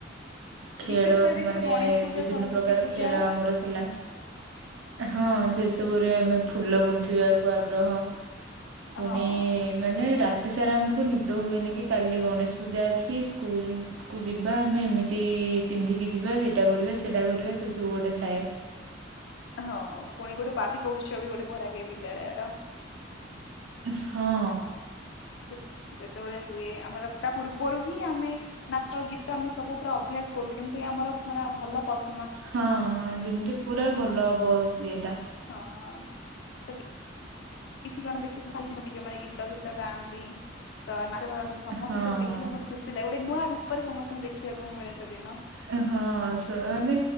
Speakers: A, on the right; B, on the left.
A: ଖେଳ
B: ବିଶେଷ କରି ଦେଖିବେ
A: ମାନେ
B: ଗଣେଶ ପୂଜା
A: ବିଭିନ୍ନ
B: ସରସ୍ଵତୀ
A: ପ୍ରକାର
B: ପୂଜା
A: ଖେଳ ଆମର ଥିଲା। ହଁ ସେ ସବୁରେ ଆମେ ଫୁଲ ଗୁନ୍ଥିବାକୁ ଆଗ୍ରହ ପୁଣି
B: ହଁ।
A: ମାନେ ରାତି ସାରା ଆମକୁ ନିଦ ହୁଏନି କି କାଲି ଗଣେଶ ପୂଜା ଅଛି ସ୍କୁଲ କୁ ଯିବା ଆମେ ଏମିତି ପିନ୍ଧିକି ଯିବା ଏଟା କରିବା ସେଟା କରିବା ସେ ସବୁ ଗୋଟେ ଥାଏ।
B: ହଁ ପୁଣି ଗୋଟେ ବାର୍ଷିକ ଉତ୍ସବ ବି ଗୋଟେ ଭଲ ଲାଗେ ବିଦ୍ୟାଳୟର।
A: ହଁ।
B: ଯେତ ଯେତେବେଳେ ହୁଏ ଆମର ତା ପୂର୍ବରୁ ହିଁ ଆମେ ନାଚ ଗୀତ ଆମେ ସବୁ ପୁରା ଅଭ୍ୟାସ କରୁ କେମିତି କି ଆମରା ମାନେ ଭଲ ପର
A: ହଁ ହଁ ଯେମିତି ପୁରା ଭଲ ହବ ସ୍ ଇଏଟା।
B: ହଁ <unintelligible> କିଛି ଜଣ ଦେଖିଥିବ <unintelligible> ଯୋଉମାନେ ଗୀତ ଫିତ ଗାଆନ୍ତି ତ ନାଚ କରନ୍ତି ସମସ୍ତଙ୍କୁ
A: ହଁ
B: ସେଇଠି ଦେଖିଲେ
A: ହଁ
B: ବହୁତ ଖୁସି ଲାଗେ ଗୋଟେ ନୂଆ ରୂପରେ ସମସ୍ତଙ୍କୁ ଦେଖିବାକୁ ମିଳେ ସେଦିନ।
A: ଆରେ ହଁ ସ ମାନେ